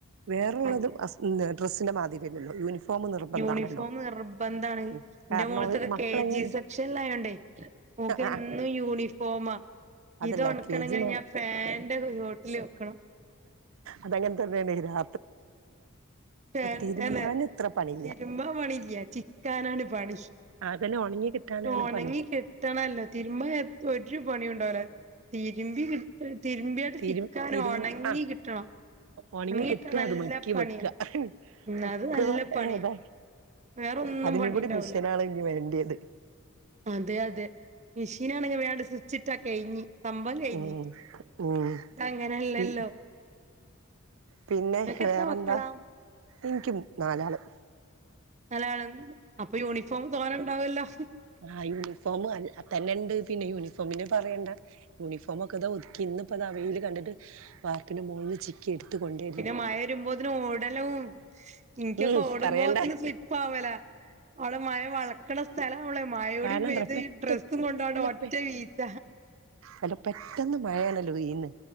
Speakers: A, on the right; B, on the right.
A: വേറള്ളതും
B: അതെ
A: അസ് ഇന്ന് ഡ്രെസ്സിന്റെ മാതിരി അല്ലല്ലോ യൂണിഫോം നിർബന്ധാണല്ലോ
B: യൂണിഫോമ് നിർബന്ധാണ്
A: ഉം
B: ഇന്റെ
A: കാരണം
B: മോൾത്
A: മക്കളെങ്ങ
B: കേ ജി സെക്ഷൻലായോണ്ടെയ് ഓക്കെന്നും
A: ആഹ്
B: യൂണിഫോമ
A: അതല്ല
B: ഇതൊണക്കണെങ്കിൽ
A: കെ ജി
B: ഞാൻ ഫാന്റെ ചോട്ടില് വെക്കണം
A: അതങ്ങൻതന്നേണ് രാ
B: എന്നനെ
A: തിരുമ്പാൻ ഇത്ര പണില്ല
B: തിരുമ്പ പണില്ല ചിക്കാനാണ് പണി
A: അതന്നെ ഒണങ്ങി കിട്ടാനാണ്
B: ഒണങ്ങി
A: പണി
B: കിട്ടണല്ലോ? തിരുമ്പ എത്ത ഒരു പണിയുണ്ടാവൂല തിരുമ്പി ഇപ തിര്മ്പിയണ്ട്
A: തിരു
B: ചിക്കാന്
A: തിരും
B: ഒണങ്ങി
A: ആ
B: കിട്ടണം
A: ഒണങ്ങി കിട്ടാ
B: കിട്ടാൻ നല്ല
A: അത് മട്ക്കി
B: പണിയാ
A: വെക്ക
B: ഉം
A: ഒക്കേ
B: അത് നല്ല പണിയാ
A: അതാണ്
B: വേറൊന്നും
A: അതിനും
B: പണിണ്ടാവൂല
A: കുടി മിഷ്യനാണ് ഇനി വേണ്ട്യേത്
B: അതെ അതെ മിഷേനാണെങ്കി വേങ്ങട് സ്വിച്ചിട്ടാ കെയ്ഞ്ഞി സംഭം കെയ്ഞ്ഞ്
A: ഉം ഉം
B: അതങ്ങനല്ലല്ലൊ?
A: പി പിന്നെ വേറെന്ത
B: എത്ര മക്കളാ
A: ഇൻക്ക് നാലാള്
B: നാലാള് അപ്പൊ യൂണിഫോം തോന ണ്ടാവല്ലൊ?
A: ആഹ് യൂണിഫോം അ തന്നെണ്ട് പിന്നെ യൂണിഫോമിന് പറയണ്ട യൂണിഫോമൊക്കതാ ഒത്ക്കി ഇന്ന് ഇപതാ വെയില് കണ്ടിട്ട് വാർപ്പിന്റെ മോൾല് ചി ക്കിട്ത്തുകൊണ്ട്
B: പിന്ന മഴ രുമ്പോതിന് ഓടലും ഇൻക്കൊക്കെ
A: ഉം
B: ഓടുമ്പോത്തിന്
A: പറയണ്ട
B: സ്ലിപ്പാവല അവടെ മയ വള്ക്ക്ണ സ്ഥല അവളെ മയൂടിം
A: കാരണം
B: പെയ്ത
A: എന്താ പെട്ടെന്ന്
B: ഈ ഡ്രസ്സും കൊണ്ട് അവടെ
A: അല്ല
B: ഒറ്റ
A: പെ
B: ഈച്ച
A: അല്ല പെട്ടന്ന് മഴണലൊ പെയ്യ്ന്ന്